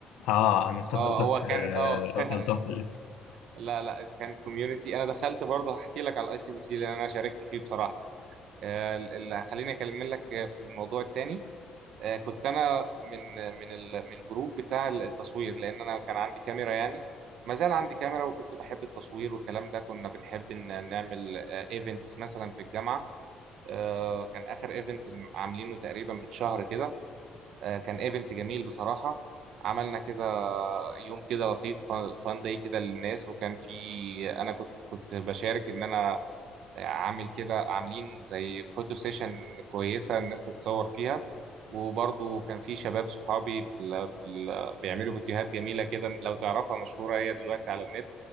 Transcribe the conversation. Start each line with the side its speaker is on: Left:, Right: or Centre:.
Left: اه انا افتكرتك
Right: اه هو كان
Left: آه،
Right: اه <laughs>
Left: غلطان في الاسم
Right: لا لا كان كوميونتي انا دخلت برضه هحكي لك على الاي سي بي سي لان انا شاركت فيه بصراحه آه، اللي هخليني اكلم لك آه، في الموضوع التاني آه، كنت انا من من ال- من الجروب بتاع التصوير لان انا كان عندي كاميرا يعني ما زال عندي كاميرا وكنت بحب التصوير والكلام ده كنا بنحب ان نعمل ايفنتس مثلا في الجامعه آه، كان اخر ايفنت عاملينه تقريبا من شهر كده آه، كان ايفنت جميل بصراحه عملنا كده يوم كده لطيف فان داي كده للناس وكان في انا كنت كنت بشارك ان انا عامل كده عاملين زي فوتو سيشن كويسة الناس تتصور فيها وبرضو كان في شباب صحابي في ال في ال بيعملوا فيديوهات جميلة كده لو تعرفها مشهورة هي دلوقتي على النت